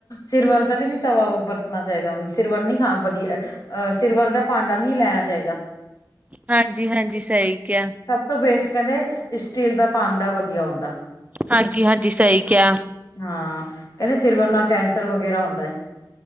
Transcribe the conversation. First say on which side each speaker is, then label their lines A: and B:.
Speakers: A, on the left; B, on the right.
A: ਸਿਰਵਰ ਦਾ ਵੀ ਨੀ ਤਵਾ ਵਰਤਣਾ ਚਾਹੀਦਾ, ਉਹਨੂੰ ਸਿਰਵਰ ਨੀ ਖਾ ਵਧੀਆ, ਅਹ ਸਿਰਵਰ ਦਾ ਭਾਂਡਾ ਨਹੀਂ ਲੈਣਾ ਚਾਹੀਦਾ।
B: ਹਾਂਜੀ- ਹਾਂਜੀ ਸਹੀ ਕਿਹਾ।
A: ਸਭ ਤੋਂ ਬੇਸਟ ਕਹਿੰਦੇ ਸਟੀਲ ਦਾ ਭਾਂਡਾਂ ਵਧੀਆ ਹੁੰਦਾ।
B: ਹਾਂਜੀ -ਹਾਂਜੀ ਸਹੀ ਕਿਹਾ।
A: ਹਾਂ ਕਹਿੰਦੇ, ਸਿਰਵਰ ਨਾਲ ਕੈਂਸਰ ਵਗੈਰਾ ਹੁੰਦਾ ਹੈ।